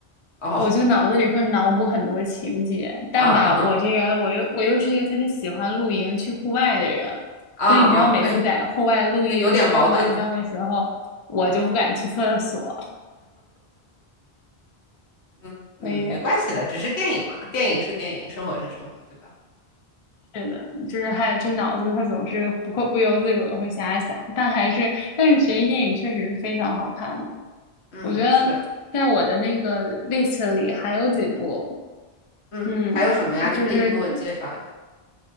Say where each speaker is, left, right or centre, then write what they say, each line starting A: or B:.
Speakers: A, on the left; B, on the left.
A: 哦
B: 我就脑子里会脑补很多情节，但吧，
A: 啊啊
B: 我这个我又我又是一个特别喜欢露营去户外的人，
A: 啊啊！
B: 所以你知道，每次在户外露营，
A: 哎呦，那有点矛盾。
B: 尤其到晚上的时候，我就不敢去厕所，
A: 嗯嗯嗯，
B: 所以
A: 没关系的，只是电影嘛，电影是电影，生活是生活，对吧？
B: 是的，就是还有这脑子它总是不扣不由自主的会瞎想，但还是但是悬疑电影确实是非常好看的，
A: 嗯，
B: 我觉得在我的那个
A: 是。
B: list 里还有几部，
A: 嗯，
B: 嗯，
A: 还有什么呀？你可以给我介绍一下。
B: 就是